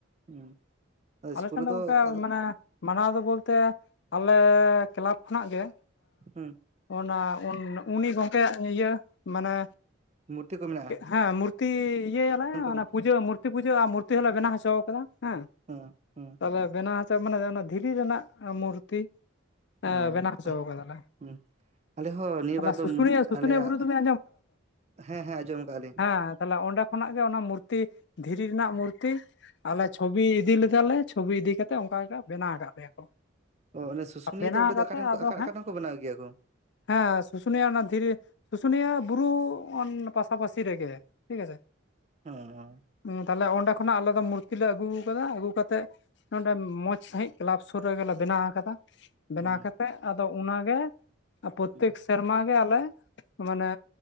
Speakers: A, on the right; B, on the left.
A: ᱩᱸ ᱟᱫᱚ ᱤᱥᱠᱩᱞ
B: ᱟᱞᱮ ᱴᱷᱮᱱ
A: ᱨᱮᱫᱚ
B: ᱫᱚ ᱜᱚᱝᱠᱮ
A: ᱟᱫᱚ
B: ᱢᱟᱱᱮ ᱢᱟᱱᱟᱣ ᱫᱚ ᱵᱚᱞᱛᱮ ᱟᱞᱮ ᱠᱞᱟᱵᱽ ᱠᱷᱚᱱᱟᱜ ᱜᱮ
A: ᱦᱩᱸ
B: ᱚᱱᱟ ᱩᱱ ᱩᱱᱤ ᱜᱚᱝᱠᱮᱭᱟᱜ ᱤᱭᱟᱹ ᱢᱟᱱᱮ
A: ᱢᱩᱨᱛᱤ ᱠᱚ ᱢᱮᱱᱟᱜ
B: ᱦᱮᱸ ᱢᱩᱨᱛᱤ ᱤᱭᱟᱹᱭᱟᱞᱮ ᱚᱱᱮ
A: ᱦᱩᱸ
B: ᱯᱩᱡᱟᱹ ᱢᱩᱨᱛᱤ ᱯᱩᱡᱟᱹ ᱟ ᱢᱩᱨᱛᱤ ᱦᱚᱸᱞᱮ ᱵᱮᱱᱟᱣ ᱦᱚᱪᱚᱣ ᱠᱟᱫᱟ ᱮᱸ
A: ᱦᱩᱸ ᱦᱩᱸ
B: ᱛᱚᱵᱮ ᱵᱮᱱᱟᱣ ᱦᱚᱪᱟ ᱢᱟᱱᱮ ᱚᱱᱟ ᱫᱷᱤᱨᱤ ᱨᱮᱱᱟᱜ ᱢᱩᱨᱛᱤ ᱟ
A: ᱦᱩᱸ
B: ᱵᱮᱱᱟ ᱦᱚᱪᱚ ᱠᱟᱫᱟᱞᱮ
A: ᱦᱩᱸ ᱟᱞᱮ ᱦᱚᱸ ᱱᱤᱭᱟᱹ
B: ᱛᱟᱦᱚᱞᱮ
A: ᱵᱟᱨ ᱫᱚ
B: ᱥᱩᱥᱩᱱᱤᱭᱟᱹ ᱥᱩᱥᱩᱱᱤᱭᱟᱹ
A: ᱟᱞᱮᱭᱟᱜ
B: ᱵᱩᱨᱩ ᱫᱚᱵᱤᱱ
A: ᱦᱮᱸ ᱦᱮᱸ ᱟᱸᱡᱚᱢ ᱠᱟᱜᱼᱟ ᱞᱤᱧ
B: ᱦᱟᱸ ᱛᱟᱦᱚᱞᱮ ᱚᱸᱰᱮ ᱠᱷᱚᱱᱟᱜ ᱜᱮ ᱚᱱᱟ ᱢᱩᱨᱛᱤ ᱫᱷᱤᱨᱤ ᱨᱤᱱᱟᱜ ᱢᱩᱨᱛᱤ ᱟᱞᱮ ᱪᱷᱚᱵᱤ ᱤᱫᱤᱞᱤᱫ ᱫᱟᱞᱮ ᱪᱷᱚᱵᱤ ᱤᱫᱤ ᱠᱟᱛᱮᱜ ᱚᱝᱠᱟ ᱞᱮᱠᱟ ᱵᱮᱱᱟᱣ ᱟᱠᱟᱜ ᱛᱟᱭᱟ ᱠᱚ
A: ᱚ ᱚᱱᱮ ᱥᱩᱥᱩᱱᱤᱭᱟᱹ
B: ᱵᱮᱱᱟᱣ
A: ᱛᱚ ᱚᱸᱰᱮ
B: ᱠᱟᱛᱮᱜ
A: ᱟᱠᱟᱴᱷᱮᱱ ᱠᱚ
B: ᱟᱫᱚ
A: ᱟᱠᱟ
B: ᱦᱮᱸ
A: ᱟᱠᱟᱴᱷᱮᱱ ᱠᱚ ᱵᱮᱱᱟᱣ ᱜᱮᱭᱟ ᱠᱚ
B: ᱦᱮᱸ ᱥᱩᱥᱩᱱᱤᱭᱟ ᱚᱱᱟ ᱫᱷᱤᱨᱤ ᱥᱩᱥᱩᱱᱤᱭᱟᱹ ᱵᱩᱨᱩ ᱚᱱ ᱯᱟᱥᱟᱯᱟᱥᱤ ᱨᱮᱜᱮ ᱴᱷᱤᱠ ᱟᱪᱷᱮ
A: ᱦᱩᱸ
B: ᱦᱩᱸ ᱛᱟᱦᱞᱮ ᱚᱸᱰᱮ ᱠᱷᱚᱱᱟᱜ ᱟᱞᱮ ᱫᱚ ᱢᱩᱨᱛᱤ ᱞᱮ ᱟᱜᱩᱣ ᱠᱟᱫᱟ ᱟᱹᱜᱩ ᱠᱟᱛ ᱛᱮᱜ ᱱᱚᱸᱰᱮ ᱢᱚᱸᱡᱽ ᱥᱟᱹᱦᱤᱡ ᱠᱞᱟᱯ ᱥᱳᱨ ᱨᱮᱜᱮᱞᱮ ᱵᱮᱱᱟᱣ ᱠᱟᱫᱟ
A: ᱦᱩᱸ
B: ᱵᱮᱱᱟᱣ ᱠᱟᱛᱮᱜ ᱟᱫᱚ ᱚᱱᱟ ᱜᱮ ᱯᱨᱚᱛᱛᱮᱠ
A: ᱦᱩᱸ
B: ᱥᱤ ᱥᱮᱨᱢᱟ ᱜᱮ ᱟᱞᱮ ᱢᱟᱱᱮ